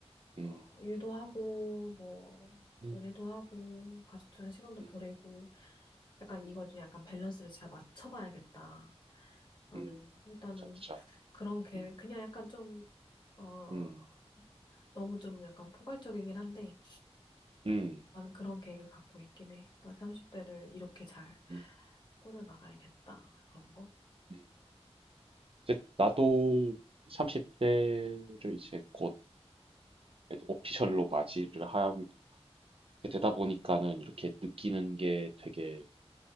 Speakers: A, on the right; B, on the left.
A: 음.
B: 어, 일도 하고, 뭐,
A: 음.
B: 연애도 하고, 가족들이랑 시간도
A: 음.
B: 보내고, 약간
A: 음.
B: 이걸 좀 약간 밸런스를 잘 맞춰봐야겠다. 나는
A: 음.
B: 일단은
A: 맞아, 맞아.
B: 그런 계획,
A: 음.
B: 그냥 약간 좀, 어,
A: 음.
B: 너무 좀 약간 포괄적이긴 한데
A: 음.
B: 나는 그런 계획을 갖고 있긴 해. 나 30대를 이렇게 잘
A: 음.
B: 꾸려나가야겠다. 그런 거?
A: 음. 이제 나도 30대를 이제 곧 오피셜로 맞이를 하게 되다 보니까는 이렇게 느끼는 게 되게